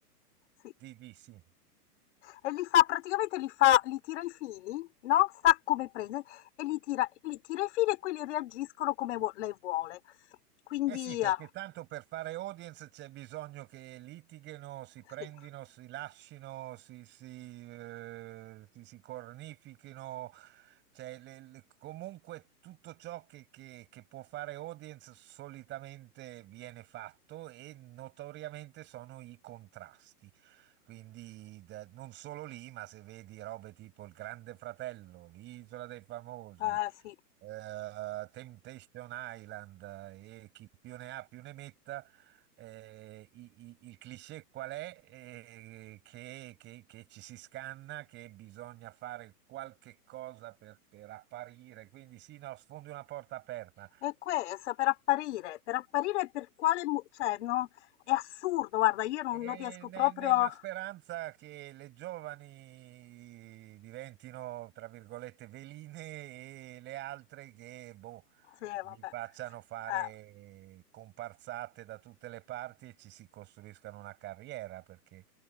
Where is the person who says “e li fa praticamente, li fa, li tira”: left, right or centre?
Left